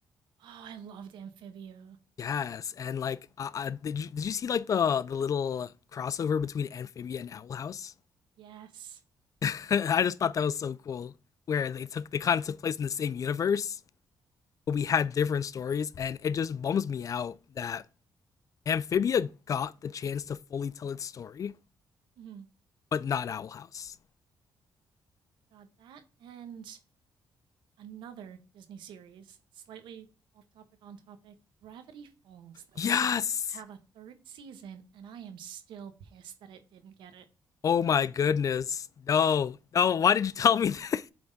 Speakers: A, on the right; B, on the left.
A: Oh, I loved Amphibia.
B: Yes, and like, uh, uh, did you did you see like the the little crossover between Amphibia and Owl House?
A: Yes.
B: <laughs> I just thought that was so cool, where they took they kind of took place in the same universe, but we had different stories, and it just bums me out that Amphibia got the chance to fully tell its story,
A: Mhm.
B: but not Owl House.
A: God, that and another Disney series, slightly off topic, on topic, Gravity Falls, that
B: Yes,
A: was supposed to have a third season, and I am still pissed that it didn't get it.
B: Oh my goodness. No. No, why did you tell me this?